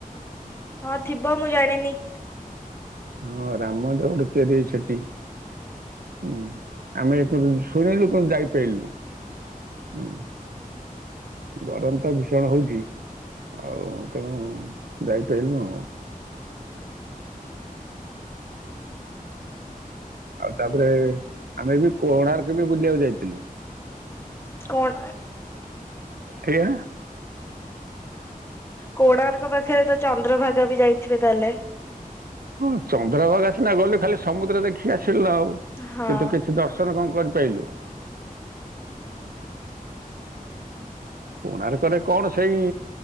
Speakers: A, on the left; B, on the right.
A: ହଁ ଥିବ ମୁଁ ଜାଣିନି।
B: ହଁ ରାମମନ୍ଦିର ଗୋଟେ ତିଆରି ହେଇଚି ସେଠି। ହୁଁ, ଆମେ କିନ୍ତୁ ଶୁଣିଲୁ କିନ୍ତୁ ଯାଇପାରିଲୁନି। ହୁଁ ଗରମ ତ ଭୀଷଣ ହଉଚି। ଆଉ ତେଣୁ ଯାଇପାରିଲୁନୁ ଆଉ। ଆଉ ତାପରେ ଆମେ ବି କୋଣାର୍କ ବି ବୁଲିବାକୁ ଯାଇଥିଲୁ।
A: କଣ?
B: ଏଇଆ। <unintelligible>
A: କୋଣାର୍କ ପାଖରେ ତ ଚନ୍ଦ୍ରଭାଗା ବି ଯାଇଥିବେ ତାହେଲେ?
B: ହଁ ଚନ୍ଦ୍ରଭାଗା ସିିନା ଗଲେ ଖାଲି ସମୁଦ୍ର ଦେଖିକି ଆସିଲୁ ଆଉ,
A: ହଁ
B: କିନ୍ତୁ କିଛି ଦର୍ ର୍ଦସଣ କଣ କରିପାରିଲୁ? କୋଣାର୍କରେ କଣ ସେଇ